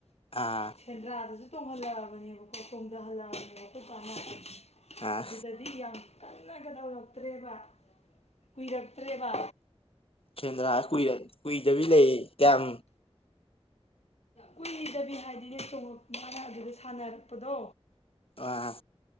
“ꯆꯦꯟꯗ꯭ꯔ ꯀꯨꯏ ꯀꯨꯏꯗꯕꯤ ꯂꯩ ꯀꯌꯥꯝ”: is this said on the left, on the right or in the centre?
Left